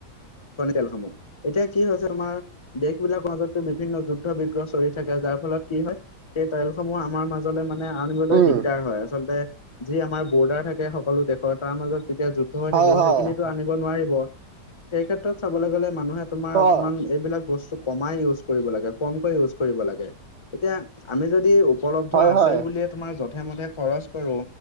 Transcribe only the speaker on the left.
তেলসমূহ, এতিয়া কি হৈছে তোমাৰ দেশ বিলাকৰ মাজতো বিভিন্ন যুদ্ধ বিগ্ৰহ চলি থাকে, যাৰ ফলত কি হয়, সেই তেলসমূহ আমাৰ মাজত মানে আনিবলৈ
দিগদাৰ হয়। আচলতে, যি আমাৰ বৰ্ডাৰ থাকে সকলো দেশৰ, তাৰ মাজত যেতিয়া যুদ্ধ হৈ
থাকিব,
সেইখিনিটো আনি ব নোৱাৰিব, সেই ক্ষেত্ৰত চাবলৈ গ'লে, মানুহে তোমাৰ
অকমান এইবিলাক বস্তু কমাই ইউজ কৰিব লাগে, কমকৈ ইউজ কৰিব লাগে, এতিয়া আমি যদি উপলব্ধ
আছে
বুলিয়েই, তোমাৰ যধে মধে খৰচ কৰো